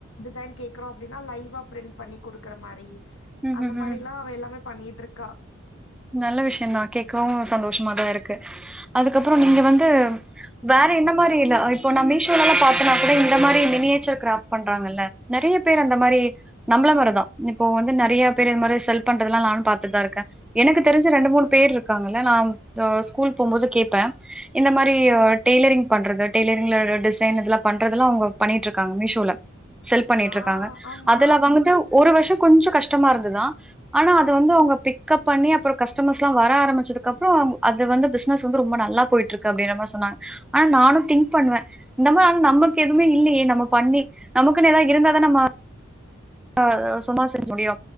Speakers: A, on the left; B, in the centre.
A: டிசைன் கேக்குறோ அப்டின்னா லைவா பிரிண்ட் பண்ணி குடுக்குற மாரி
B: ம்
A: அந்த
B: ம்
A: மாரில்லா
B: ம்
A: அவ எல்லாமே பண்ணிட்டு இருக்கா
B: நல்ல விஷயோ தா கேட்கவு சந்தோஷமாதா இருக்கு அதுக்கப்பறோ நீங்க வந்து வேற எந்த மாரி இல்ல இப்போ நா மீஷோல எல்லா பாத்தனா கூட இந்த மாரி மினியேச்சர் கிராஃப்ட் பண்றாங்கல்ல நெறய பேர் அந்த மாரி நம்மள மாரி தா இப்போ வந்து நெறய பேர் இந்த மாரி செல் பண்றதெல்லா நானு பாத்துட்டுதா இருக்கே எனக்கு தெரிஞ்சு ரெண்டு மூனு பேர் இருக்காங்கல்ல நா ஸ்கூல் போகும்போது கேப்பே இந்த மாரி டெய்லரிங் பண்றது டெய்லரிங்ல டிசைன் இதெல்லா பண்றதெல்லா அவுங்க பண்ணிட்டு இருக்காங்க மீஷோல செல் பண்ணிட்டு
A: ஆ
B: இருக்காங்க
A: ஆமா
B: அதுல வந்து ஒ ஒரு வருஷ கொஞ்சோ கஷ்டமா இருந்ததா ஆனா அது வந்து அவுங்க பிக்கப் பண்ணி அப்பறோ கஸ்டமர்ஸ் எல்லா வர ஆரம்பிச்சதுக்குப்பறோ அது வந்து பிசினஸ் வந்து ரொம்ப நல்லா போயிட்டு இருக்கு அப்டின்ற மாரி சொன்னாங்க ஆனா நானு திங்க் பண்ணுவே இந்த மாரி நமக்கு எதுமே இல்லயே நம்ம பண்ணி நமக்குன் ஏதாவது இருந்தாதா நம்ம ஆ சுமார் செஞ்ச முடியு